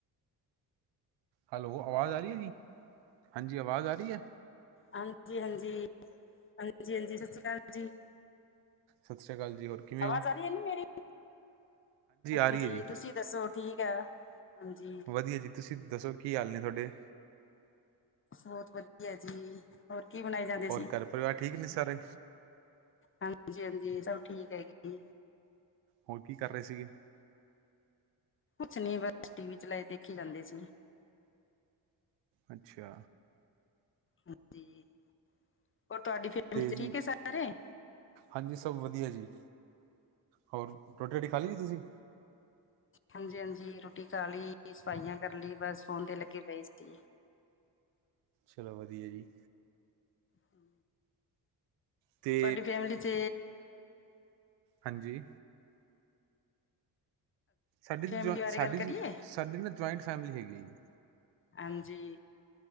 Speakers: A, on the right; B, on the left.
A: ਹੈਲੋ ਆਵਾਜ਼ ਆ ਰਈ ਏ ਜੀ? ਹਾਂਜੀ ਆਵਾਜ਼ ਆ ਰਈ ਏ?
B: ਹਾਂਜੀ-ਹਾਂਜੀ, ਹਾਂਜੀ-ਹਾਂਜੀ ਸਸੀ ਕਾਲ ਜੀ।
A: ਸਤਿ ਸ੍ਰੀ ਅਕਾਲ ਜ਼ੀ ਹੋਰ? ਕਿਵੇਂ
B: ਆਵਾਜ਼
A: ਹੋ
B: ਆ ਰੀ ਏ ਨਾ ਮੇਰੀ? ਹਾਂਜੀ,
A: ਆ ਰਹੀ ਹੈ ਜੀ
B: ਤੁਸੀਂ ਦੱਸੋ ਠੀਕ ਆ? ਹਾਂਜੀ
A: ਵਦੀਆ ਜੀ, ਤੁਸੀਂ ਦੱਸੋ ਕੀ ਹਾਲ ਨੇ ਤੁਆਡੇ?
B: ਬੋਤ ਵਦੀਆ ਜੀ, ਹੋਰ ਕੀ ਬਣਾਏ ਜਾਂਦੇ
A: ਹੋਰ
B: ਸੀ?
A: ਘਰ ਪਰਿਵਾਰ ਠੀਕ ਨੇ ਸਾਰੇ?
B: ਹਾਂਜੀ- ਹਾਂਜੀ ਸਭ ਠੀਕ ਹੈਗੇ ਜੀ।
A: ਹੋਰ ਕੀ ਕਰ ਰਏ ਸੀਗੇ?
B: ਕੁਛ ਨੀ ਬਸ ਟੀ ਵੀ ਚਲਾਏ ਦੇਖੀ ਜਾਂਦੇ ਸੀ।
A: ਅੱਛਾ
B: ਹਾਂਜੀ, ਹੋਰ ਤੁਆਡੀ ਫੈਮਿਲੀ
A: ਤੇ
B: 'ਚ
A: ਜੀ
B: ਠੀਕ ਏ ਸਾਰੇ?
A: ਹਾਂਜੀ ਸਭ ਵਦੀਆ ਜੀ, ਹੋਰ ਰੋਟੀ- ਰੂਟੀ ਖਾ ਲੀ ਜੀ ਤੁਸੀਂ?
B: ਹਾਂਜੀ- ਹਾਂਜੀ ਰੋਟੀ ਖਾ ਲੀ, ਸਫਾਈਆਂ ਕਰ ਲੀ ਬਸ ਫੋਨ ਤੇ ਲੱਗੇ ਪਏ ਸੀ।
A: ਚਲੋ ਵਦੀਆ ਜੀ।
B: ਹੂੰ।
A: ਤੇ
B: ਤੁਆਡੀ ਫੈਮਿਲੀ 'ਚ
A: ਹਾਂਜੀ। ਸਾਡੀ
B: ਫੈਮਿਲੀ
A: ਜੁਆ
B: ਬਾਰੇ
A: ਸਾਡੀ
B: ਗੱਲ
A: ਜ
B: ਕਰੀਏ
A: ਸਾਡੀ ਨਾ ਜੁਆਇੰਟ ਫੈਮਿਲੀ ਹੈਗੀ ਏ ਜੀ।
B: ਹਾਂਜੀ,